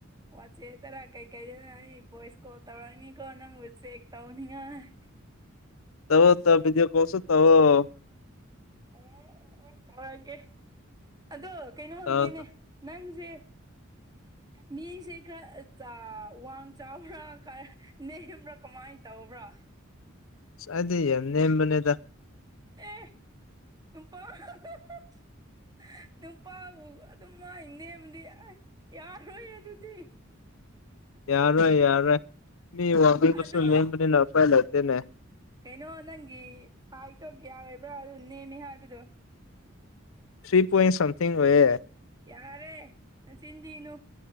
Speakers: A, on the right; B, on the left.
A: ꯋꯥꯆꯦꯗꯔꯥ ꯀꯩꯀꯩꯗꯅꯣ ꯑꯩ ꯚꯣꯏꯁ ꯀꯣꯜ ꯇꯧꯔꯛꯅꯤꯀꯣ ꯅꯪꯕꯨ ꯆꯦꯛ ꯇꯧꯅꯤꯉꯥꯏ꯫ <inaudible>
B: ꯇꯕꯣꯇ ꯕꯤꯗꯤꯑꯣ ꯀꯣꯜꯁꯨ ꯇꯧꯑꯣ꯫
A: ꯑꯣ ꯑꯣ ꯑꯣ ꯇꯧꯔꯛꯒꯦ ꯑꯗꯣ ꯀꯩꯅꯣ ꯍꯪꯒꯦꯅꯦ
B: ꯇꯧ ꯇꯧ
A: ꯅꯪꯁꯦ ꯃꯤꯁꯦ ꯈꯔ ꯆ ꯋꯥꯡ ꯆꯥꯎꯔ ꯈꯔ ꯅꯦꯝꯕ꯭ꯔꯥ ꯀꯃꯥꯏꯟ ꯇꯧꯕ꯭ꯔꯥ꯫
B: ꯑꯁ ꯑꯩꯗ ꯌꯥꯝ ꯅꯦꯝꯕꯅꯦꯗ꯫
A: ꯑꯦ ꯅꯨꯄꯥ꯫ <unintelligible> ꯅꯨꯄꯥꯕꯨ ꯑꯗꯨꯝ ꯃꯥꯏ ꯅꯦꯝꯕꯗꯤ ꯑꯥꯏ ꯌꯥꯔꯣꯏ ꯑꯗꯨꯗꯤ꯫
B: ꯌꯥꯔꯔꯣꯏ ꯌꯥꯔꯣꯏ ꯃꯤ ꯋꯥꯒꯔꯁꯨ
A: ꯑꯗꯣ
B: ꯅꯦꯝꯕꯅꯤꯅ ꯎꯄꯥꯏ ꯂꯥꯏꯇꯦꯅꯦ
A: ꯀꯩꯅꯣ ꯅꯪꯒꯤ ꯍꯥꯏꯠ ꯇꯣ ꯀꯌꯥ ꯑꯣꯏꯕ꯭ꯔꯥ ꯑꯗꯨ ꯅꯦꯝꯃꯦ ꯍꯥꯏꯕꯗꯣ꯫
B: ꯊꯔ꯭ꯤ ꯄꯣꯏꯟ ꯁꯝꯊꯤꯡ ꯑꯣꯏꯌꯦ꯫
A: ꯌꯥꯔꯦ ꯅꯆꯤꯟꯊꯤꯒꯅꯨ